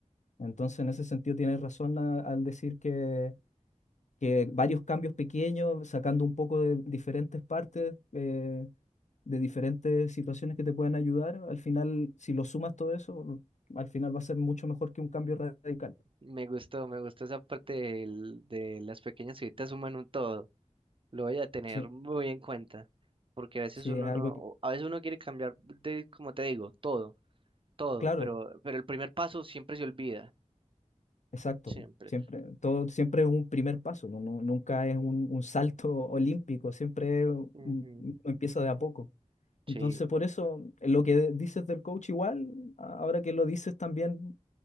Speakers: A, on the left; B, on the right.
A: Entonces, en ese sentido, tienes razón a- al decir que, que varios cambios pequeños, sacando un poco de diferentes partes, eh, de diferentes situaciones que te pueden ayudar, al final, si lo sumas todo eso, al final va a ser mucho mejor que un cambio radical.
B: Me gustó, me gustó esa parte del- de las pequeñas cositas suman un todo. Lo voy a tener
A: Sí,
B: muy en cuenta, porque a veces
A: sí,
B: uno
A: es algo
B: no, o
A: que,
B: a veces uno quiere cambiar de, como te digo, todo, todo,
A: claro.
B: pero, pero el primer paso siempre se olvida.
A: Exacto,
B: Siempre.
A: siempre, todo, siempre es un primer paso, ¿no? No- nunca es un, un salto <laughs> olímpico, siempre un-
B: Ujú,
A: uno empieza de a poco. Entonces,
B: Sí,
A: por eso, eh, lo que dices del coach igual, a- ahora que lo dices también